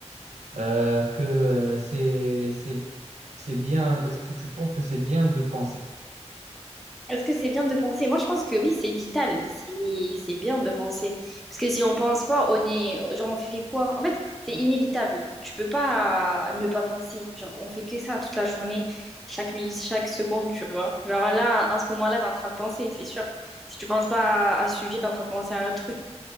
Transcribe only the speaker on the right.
euh, que c'est, c'est, c'est bien, est-ce que tu penses que c'est bien de penser?